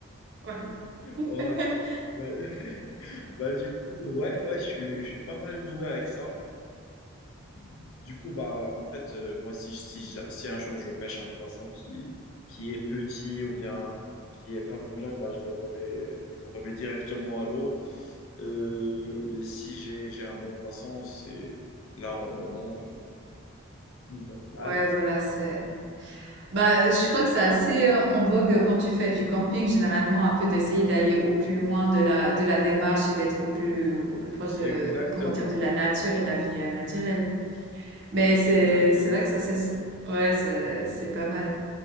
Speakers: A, on the right; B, on the left.
A: Ouais. <laughs>
B: Ouais. Ouais. <laughs> Bah, du coup, ouais, ouais, je suis, je suis pas mal doué avec ça. Du coup, bah, en fait, euh, moi, si, si, j'a- si un jour je pêche un poisson qui, qui est petit ou bien qui est pas mangeable, bah, je le remets, je le remets directement à l'eau. Euh, et si j'ai, j'ai un bon poisson, c'est là, on le mange euh, du coup normal.
A: Ouais, voilà, c'est. Bah, je crois que c'est assez euh, en vogue quand tu fais du camping, généralement, un peu d'essayer d'aller au plus loin de la, de la démarche et d'être au plus, au plus proche de,
B: Exactement,
A: comment dire, de la nature et de la vie euh, naturelle. Mais c'est,
B: exactement.
A: c'est vrai que ça, c'est, ouais, c'est, c'est pas mal.